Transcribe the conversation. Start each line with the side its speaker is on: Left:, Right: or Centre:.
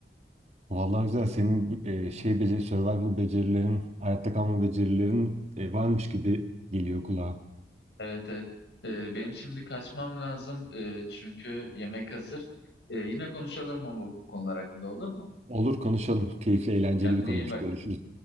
Right: Vallahi güzel. Senin e, şey beceri, survival becerilerin, hayatta kalma becerilerin e, varmış gibi geliyor kulağa.
Left: Evet, evet. Ee, benim şimdi kaçmam lazım Ee, çünkü yemek hazır. Ee, yine konuşalım mı bu konular hakkında olur mu?
Right: Olur konuşalım. Keyifli, eğlenceli
Left: Kendine
Right: bir konuymuş.
Left: iyi bak.
Right: Görüşürüz.